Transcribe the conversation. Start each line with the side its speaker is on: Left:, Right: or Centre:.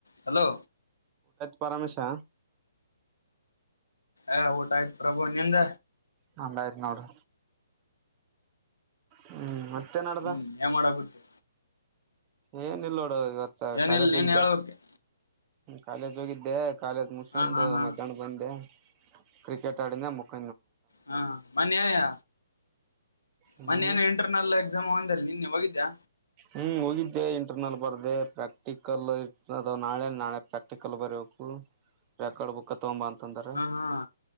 Left: Hello
Right: Paramesh
Left: ಏ ಊಟ ಆಯ್ತು ಪ್ರಭು ನಿಂದ
Right: <unintelligible> ನೋಡು. ಹ್ಮ್ ನಡ್ದ
Left: ಹ್ಮ್ ಏ ಮಾಡಾಕತ್ತೆ?
Right: ಏನ ಇಲ್ ನೋಡ ಇವತ್ತ
Left: ಏನಿಲ್ಲ
Right: ಕಾಲೇಜ್
Left: ನೀನ್
Right: ಹೋಗಿದ್ದೆ
Left: ಹೇಳ್ಬೇಕ
Right: ಕಾಲೇಜ್ ಹೋಗಿದ್ದೆ. ಕಾಲೇಜ್ ಮುಗ್ಸೊಂದು
Left: ಹಾ ಹಾ ಹಾ
Right: ಮಧ್ಯಾಹ್ನ ಬಂದೆ ಕ್ರಿಕೆಟ್ ಆಡಿನ ಮುಕ್
Left: ಹಾ ಮನ್ನ್ಯಾಯ?
Right: ಹ್ಮ್
Left: ಮೊನ್ನೆೇನ ಇಂಟರ್ನಲ್ ಎಕ್ಸಾಮು ಅಂದಲ್ಲ್ ನಿನ್ನೆ ಹೋಗಿದ್ದ್ಯಾ?
Right: ಹ್ಮ್ ಹೋಗಿದ್ದೆ ಇಂಟರ್ನಲ್ ಬರ್ದೆ ಪ್ರಾಕ್ಟಿಕಲ್ ಇದ ನಾಳೆ ನಾಳೆ ಪ್ರಾಕ್ಟಿಕಲ್ ಬರಿಬೇಕು. ರೆಕಾರ್ಡ್ ಬುಕ್ಕ್ ತಗೊಂಬ ಅಂತಂದಾರ.
Left: ಹಾ ಹಾ